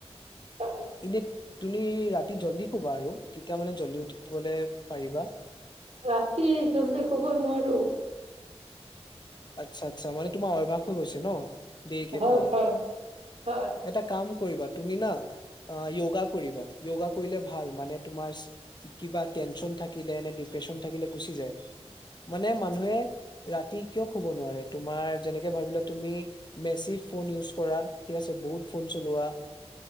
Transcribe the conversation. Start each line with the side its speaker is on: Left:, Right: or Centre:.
Right: হয়
Left: ইতো তুমি ৰাতি জল্দি শোবা আৰু তেতিয়া মানে জল্দি উঠিবলৈ পাৰিবা
Right: ৰাতি জল্দি শুব নোৱাৰো
Left: আচ্ছা আচ্ছা মানে তোমাৰ অভ্যাস হৈ গৈছে ন দেৰিকে
Right: হয়
Left: খোৱা
Right: হয় হয়
Left: এটা কাম কৰিবা তুমি না অ যয়োগা কৰিবা যয়োগা কৰিলে ভাল মানে তোমাৰ কিবা টেনচন থাকিলে নে ডিপ্ৰেচন থাকিলে গুচি যায় মানে মানুহে ৰাতি কিয় কব নোৱাৰে তুমাৰ যেনেকে ভাবিলা তুমি মেচি ফোন ইউজ কৰা ঠিক আছে বহুত ফোন চলোৱা